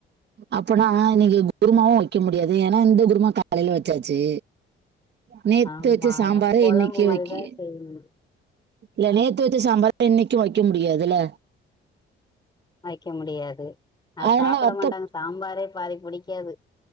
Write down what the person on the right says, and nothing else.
அப்பனா இன்னிக்கு குருமாவு வெ க்க முடியாது ஏன்னா இந்த குருமா காலைல வெச்சாச்சு நேத்து
வெச்ச சாம்பார
இன்னக்கி
வெக்கி
இல்ல நேத்து வெச்ச சாம்பார இன்னிக்கு வெக்க முடியாதுல்ல
அதனால
வத்த